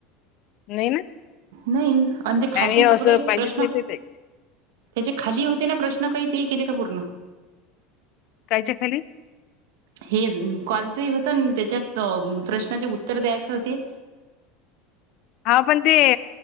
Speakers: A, on the left; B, on the right.
A: नाही ना?
B: नाही आणि ते खालचे
A: हे
B: सगळे
A: असं पाहिजेच
B: प्रश्न
A: नाही ते ते
B: त्याचे खाली होते ना प्रश्न काही ते केले का पूर्ण?
A: कायच्या खाली?
B: हे कॉलच होत न त्याच्यात प्रश्नाचे उत्तर द्यायचे होते.
A: हा पण ते